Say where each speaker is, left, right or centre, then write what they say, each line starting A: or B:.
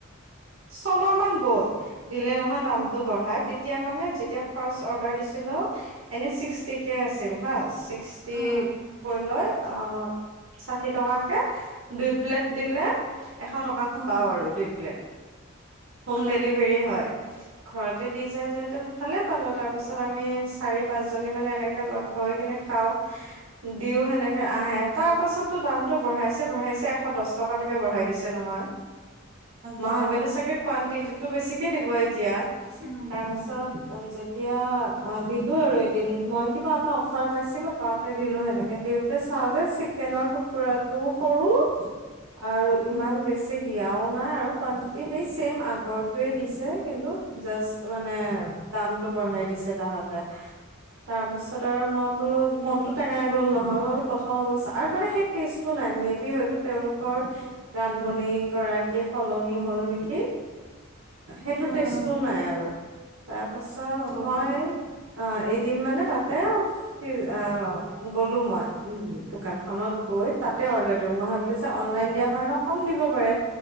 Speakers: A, on the right; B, on the right.
A: ছমাহ মান গ'ল দিলে নহয় দামটো বঢ়াই তেতিয়া মানে যেতিয়া ফাৰ্ষ্ট অৰ্ডাৰ দিছিলো এনেই ছিক্সটিকে আছিল হা ছিক্সটি
B: উম
A: কৰি লৈ আহ ষাঠি টকাকে দুই প্লেট দিলে এশ টকা
B: উম।
A: পাও আৰু দুই প্লেট হোম
B: মাৰ
A: ডেলিভাৰী হয় ঘৰতে দি যায় যিহেতু ভালে পালো তাৰপিছত আমি চাৰি পাঁচ জনী মানে এনেকে লগ হৈ কিনে খাও দিও সেনেকে আহে তাৰ পাছতো দামতটো বঢ়াইছে বঢ়াইছে এশ দহ টকালৈকে বঢ়াই দিছে নহয় মই
B: ঘৰ
A: ভাবিলোঁ চাগে কোৱানটিটিটো বেছিকে দিব এতিয়া
B: উম
A: তাৰপাছত
B: উম
A: অ যেতিয়া অ দিলো আৰু এদিন মই কিবা এটা অফাৰ পাইছিলো পাতে দিলো সেনেকে দিওঁ চাওঁ যে চিকেনৰ টুকুৰাটোও সৰু আৰু ইমান
B: উম
A: বেছি দিয়াও নাই আৰু কুৱণ্টিটি সেই ছেম আগতোৱে দিছে কিন্তু জাষ্ট মানে দামটো বঢ়াই দিছে তাহাতে তাৰপাছত আৰু মই বোলো মনতটো টেঙাই গ'ল নহয় মই বোলো প্ৰথম অৱস্থা আৰু মানে সেই ষ্টেটো নাই মে বি হয়তো তেওঁলোকৰ ৰান্ধনী গৰাকী সলনি হ'ল নেকি সেইটো
B: উম
A: টেষ্টো নাই আৰু তাৰ পাছত
B: হ'ব
A: মই
B: পাৰে
A: অ এদিন মানে তাতে স অ গলো মই দোকানখনত গৈ তাতে অৰ্ডাৰ দিলো মই ভাবিলো যে অনলাইন দিয়া কাৰণ কম দিব পাৰে